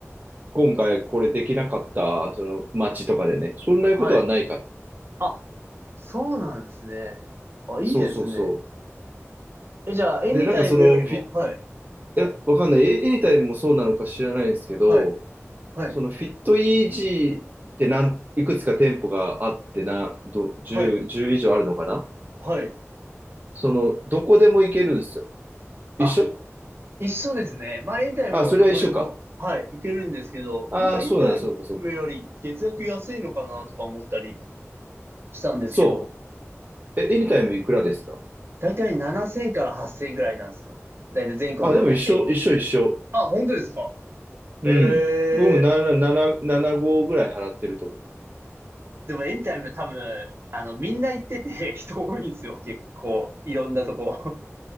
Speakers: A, on the right; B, on the right.
A: 今回これできなかった、その待ちとかでね、そんなことはないから。
B: はい。あ、そうなんですね。あ、いいですね。
A: そうそうそ
B: え、じゃあ、エニタイムよりも、
A: う。で、なんかそのフィ、い
B: はい、
A: や、わかんない。エエニタイムもそうなのか知らないんですけど、
B: はい、はい、
A: そのフィットイージーってなんいくつか店舗があってな、ど、10、
B: はい、
A: じゅう以上あるのかな
B: はい。
A: その、どこでも行けるんですよ。
B: あ、
A: 一緒
B: 一緒ですね。まあ、エニタイムもどこでも、
A: あ、それは一緒か。
B: はい、いけるんですけど、
A: ああ、
B: なんかエニタイムより月額安いのかなとか思ったり
A: そうなんだ、そうか、そうか、そうか。
B: したんですけど、
A: そう。え、エニタイムいくらですか
B: だいたい7000から8000ぐらいなんですよ。だいたい全国の平均。
A: あ、でも一緒、一緒、一緒。
B: あ、本当ですか
A: うん。
B: ええ
A: 僕も7、7、75ぐらい払ってると思う。
B: でもエニタイム多分、あの、みんな行ってて <laughs> 人多いんですよ。結構、いろんなとこ。